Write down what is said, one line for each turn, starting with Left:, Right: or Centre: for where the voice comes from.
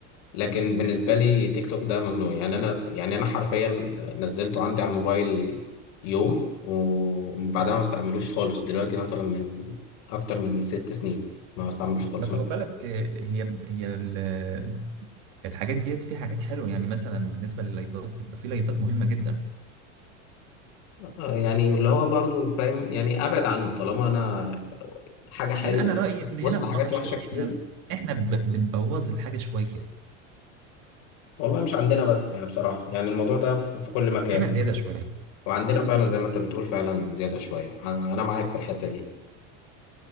Left: لكن بالنسبه لي تيك توك ده ممنوع يعني انا يعني انا حرفيا نزلته عندي على الموبايل يوم و- ومن بعدها ما بستعملوش خالص دلوقتي مثلا من اكتر من ست سنين ما بستعملوش خالص
Right: بس خد بالك هي هي ال- الحاجات ديت في حاجات حلوه يعني مثلا بالنسبه لللايفات بيبقى في لايفات مهمه جدا
Left: آه، يعني اللي هو برضو فاهم يعني ابعد عنه طالما انا حاجه حلوه
Right: يعني انا رايي ان
Left: وسط
Right: هنا في
Left: حاجات
Right: مصر
Left: وحشه كتير
Right: احنا احنا ب- بنبوظ الحاجه شويه
Left: والله مش عندنا بس يعني بصراحه يعني الموضوع ده في في كل مكان
Right: هنا زياده شويه
Left: وعندنا فعلا زي ما انت بتقول فعلا زياده شويه انا أنا معاك في الحته دي